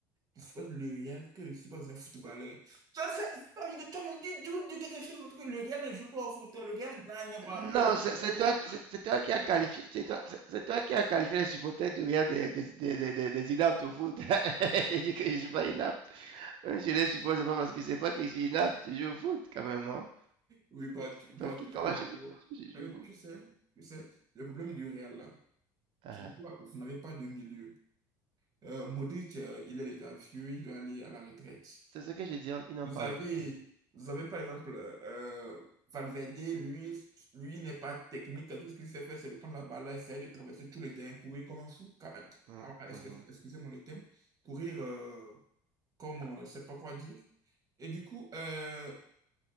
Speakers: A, on the right; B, on the right.
A: je supporte le Real que je suis pas un footballeur. Ça, ça, ça veut dire que toi, même, tu viens de quelque chose parce que le Real ne joue pas au foot, le Real gagne pas.
B: Non, c'est toi, qui- toi qui as qualifié, c'est toi, c'est- toi qui a qualifié les supporters du Real des, des, des, des, des- des inaptes au foot. <laughs> tu dis que je suis pas inapte. Même si je les supporte, c'est pas parce que c'est pas que je suis inapte, je joue au foot quand même, non?
A: Oui, bah, tu,
B: C'est
A: bah,
B: toi qui,
A: tu
B: comment
A: sais,
B: tu,
A: frérot.
B: Ouais. je
A: Frérot,
B: joue au
A: tu
B: foot.
A: sais, tu sais, le problème du Real là,
B: Ah,
A: c'est que toi, vous n'avez pas de milieu. Euh, Modric, euh, il est déjà vieux, il doit aller à la retraite.
B: c'est ce que j'ai dit, ils n'ont
A: Vous
B: pas
A: avez,
B: écouté.
A: vous avez par exemple euh, Valverde, lui, lui n'est pas technique. Tout ce qu'il sait faire, c'est de prendre la balle, là, essayer de traverser tout le terrain, courir comme un fou. Ca-
B: Mm,
A: ah, est-ce
B: mhm,
A: que- Excusez-moi le terme. Courir euh, comme, euh, je ne sais pas quoi dire. Et du coup, euh,